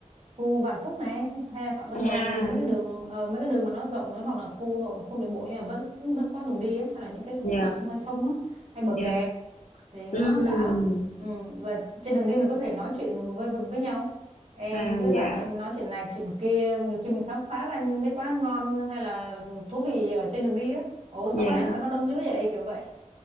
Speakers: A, on the right; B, on the left.
A: khu Vạn Phúc này hay là Phạm Văn
B: à,
A: Đồng này mấy cái đường ờ, mấy cái đường mà nó rộng nữa hoặc là khu nội khu nội bộ nhưng mà vẫn vẫn có đường đi á hay là những cái khúc
B: yeah,
A: mà xung quanh sông á hay bờ
B: yeah,
A: kè thì nó
B: ừm,
A: đã lắm ừ. và trên đường đi mình có thể nói chuyện với, với với nhau em
B: à,
A: với bạn
B: dạ,
A: em nói chuyện này chuyện kia nhiều khi mình khám phá ra những mấy quán ăn ngon hay là thú vị ở trên đường đi á ồ sao
B: yeah.
A: quán này sao nó đông dữ vậy kiểu vậy